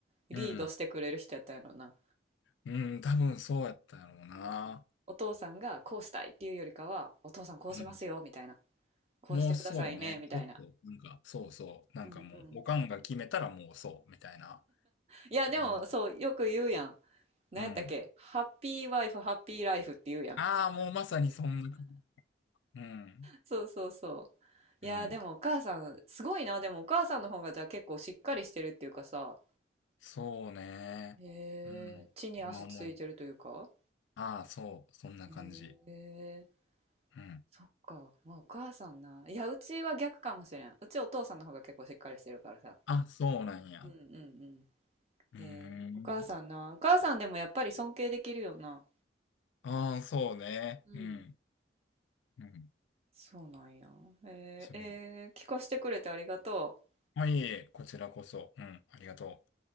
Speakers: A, on the right; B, on the left.
A: リードしてくれる人やったんやろな。
B: うん。うん、多分そうやったやろうな。
A: なんか、お父さんがこうしたいっていうよりかは、お父さんこうしますよ、
B: うん。
A: みたいな。こうしてくださいね、
B: もうそうね。
A: みたいな。
B: ちょっと、なんか、そうそう。なんかもう、
A: うんうん。
B: おかんが決めたらもうそう、みたいな。
A: いや、でも、
B: うん。
A: そう、よく言うやん。何やったっけハッピーワイフ、
B: うん。
A: ハッピーライフって言うやん。
B: ああ、もうまさにそんな感じ。うん。
A: そうそうそう。いやー、
B: うん。
A: でもお母さん、すごいな。でもお母さんの方がじゃあ結構しっかりしてるっていうかさ、
B: そうね。
A: へえ、
B: うん。
A: 地に足ついてるというか。
B: 今思う。ああ、そう。そんな感じ。
A: へえ、
B: うん。
A: そっか。まあ、お母さんな。いや、うちは逆かもしれん。うちお父さんの方が結構しっかりしてるからさ。
B: あ、そうなんや。
A: うんうんうん。
B: うーん。
A: えー、お母さんな。お母さんでもやっぱり尊敬できるよな。
B: ああ、そうね。
A: うん。
B: うん。うん。
A: そうなんや。えー、
B: そう。
A: えー聞かせてくれてありがとう。
B: はいえいえ、こちらこそ。うん。ありがとう。